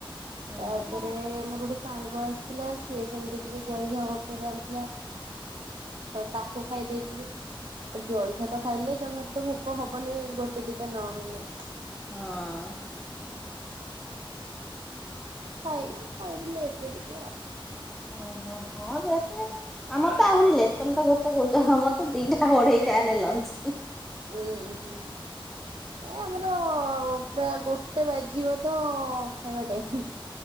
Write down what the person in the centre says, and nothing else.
ହଁ
ହଁ।
ଓହୋ ହଁ ଲେଟ୍ ରେ ଆମର ତ ଆହୁରି ଲେଟ୍ ତମେ ତ ଗୋଟେ କହୁଚ ଆମର ତ ଦିଟା ଅଢେଇ ଟା ରେ ଲଞ୍ଚ।